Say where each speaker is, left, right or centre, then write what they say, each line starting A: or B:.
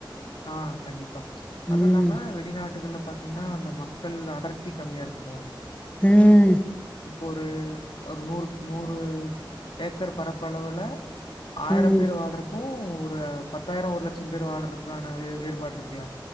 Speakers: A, on the left; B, on the left.
A: ஆ கண்டிப்பா அதுவு
B: ம்
A: இல்லாம வெளிநாட்டுகள்ல பா த்தீங்கன்னா அந்த மக்கள் அடர்த்தி கம்மியா இருக்கு
B: ம்
A: ஒரு நூறு நூறு ஏக்கர் பரப்பளவுல ஆயிரம்
B: ம்
A: பேர் வாழ்றக்கு ஒரு பத்தாயிரோ ஒரு லட்சம் பேர் வாழ்றக்கான வே வேறுபாடு இருக்கல்ல